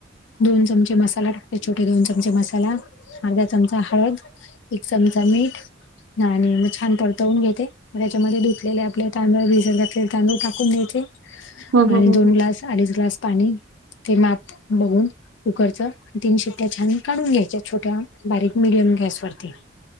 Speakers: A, on the left (about 65°); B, on the right (about 85°).
A: दोन चमचे मसालाटे छोटे दोन चमचे मसाला अर्धा चमचा हळद एक चमचा मीठ आणि म छान पडतो. वून घेते मग त्याच्यामध्ये धुतलेले आपले तांदूळ बिजत घातले तांदूळ टाकून द्यायचे.
B: हं, हं,
A: आणि
B: हं,
A: दोन
B: हं.
A: ग्लास, अडीच ग्लास पाणी ते माप बघून कुकरच तीन शिट्ट्या छान काढून घ्यायच्या छोट्या बारीक मिडियम गॅसवरती.